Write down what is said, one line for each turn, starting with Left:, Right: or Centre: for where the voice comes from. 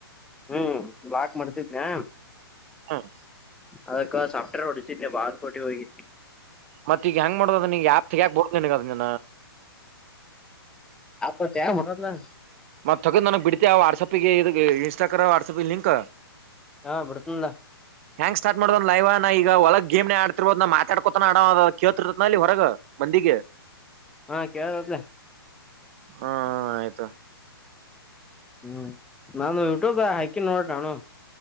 Centre: ಹ್ಮ್ ಲಾಕ್ ಮರ್ತಿದ್ನಾ
Right: ಹ್ಮ್
Centre: ಅದಕ್ಕ ಸಾಫ್ಟ್ವೇರ್ ಓಡಿಸಿದೆ ಬಾಗಲುಕೋಟಿ ಹೋಗಿ
Right: ಮತ್ತ ಈಗ ಹೆಂಗ ಮಾಡುದು ಅದು ನಿಗ ಆಫ್ ತೆಗ್ಯಾಕ ಬೋದನಿನಗ ಅದ ನಿನ್ನ
Centre: ೋ ತ ಮನತ್ ನ <unintelligible>
Right: ಮತ್ತ ತಗದ ನನಗ್ ಬಿಡ್ತತಿ ಆ ವಾಟ್ಸಾಪ್ಗೆ ಇ ಇನ್ಸ್ಟಾಗ್ರ ವಾಟ್ಸಾಪ್ ಲಿಂಕ್
Centre: ಹಾ ಬುಡ್ತಿನಲ್ಲ
Right: ಯಾಂಗ ಸ್ಟಾರ್ಟ ಮಾಡೋದ್ ಲೈವ್ ನಾ ಈಗ ಒಳಗ್ ಗೇಮನ್ಯಾಗ ಆಡ್ತಿರ್ಬೋದ ನಿ ಮಾತಾಕೋತ ನೆ ಆಡೋವ ಅದ ಕೇಳ್ತಿತರನ ಹೊರಗ್ ಮಂದಿಗೆ
Centre: ಹಾ ಕೇಳದಲ
Right: ಹ್ಮ್ ಹ್ಮ್ ಆಯ್ತೊ
Centre: ಹ್ಮ್ ನಂದ ಯೂಟ್ಯೂಬ್ ಹಾಕಿನ ನೋಡ ನಾನು